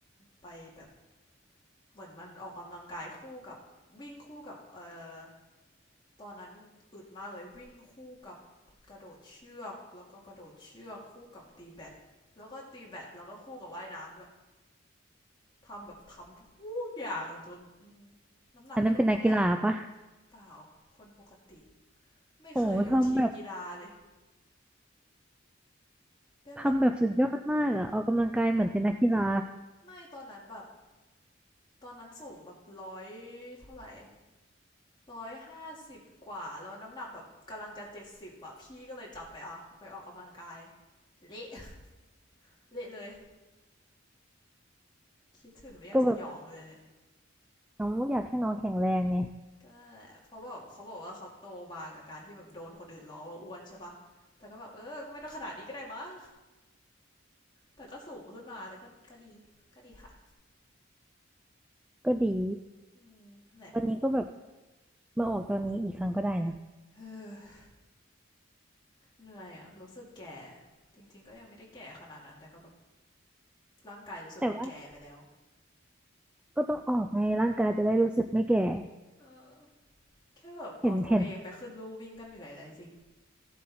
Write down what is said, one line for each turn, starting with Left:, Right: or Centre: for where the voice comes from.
Left: ไปแบบเหมือนมันออกกำลังกายคู่กับวิ่งคู่กับเอ่อตอนนั้นอึดมากเลยวิ่งคู่กับกระโดดเชือกแล้วก็กระโดดเชือกคู่กับตีแบดแล้วก็ตีแบดแล้วก็คู่กับว่ายน้ำด้วยทำแบบทำทุกอย่างจนอืมน้ำหนักไม่ลงก็แปลก
Centre: อันนั้นเป็นนักกีฬาปะ
Left: เปล่าคนปกติ ไม่เคยอยู่ทีมกีฬาเลย
Centre: โอ้โหทำแบบ
Left: เล่นแบบ
Centre: ทำแบบสุดยอดมากอะออกกำลังกายเหมือนเป็นนักกีฬา
Left: ไม่ตอนนั้นแบบตอนนั้นสูงแบบร้อยเท่าไหร่ร้อยห้าสิบกว่าแล้วน้ำหนักแบบกำลังจะเจ็ดสิบอ่ะพี่ก็เลยจับไปอ่ะไปออกกำลังกายเละ <laughs> เละเลยคิดถึงแล้วยังสยองเลยเนี่ย
Centre: ก็แบบน้องอยากให้น้องแข็งแรงไง
Left: ก็ันแหละเพราะแบบเขาบอกว่าเขาโตมากับการที่แบบโดนคนอื่นล้อว่าอ้วนใช่ปะแต่ก็แบบเออก็ไม่ต้องขนาดนี้ก็ได้มั้งแต่ก็สูงขึ้นมาแต่ก็ก็ดีก็ดีค่ะ
Centre: ก็ดี
Left: อืมนั่นแหละ
Centre: ตอนนี้ก็แบบมาออกตอนนี้อีกครั้งก็ได้นะ
Left: เออ เหนื่อยอ่ะรู้สึกแก่จริงๆก็ยังไม่ได้แก่ขนาดนั้นแต่ก็แบบร่างกายรู้สึกว่าแก่ไปแล้ว
Centre: แต่ว่าก็ต้องออกไงร่างกายจะได้รู้สึกไม่แก่
Left: เออแค่แบบเอาตัวเองไปขึ้นลู่วิ่งก็เหนื่อยแล้วจริง
Centre: เห็นเห็น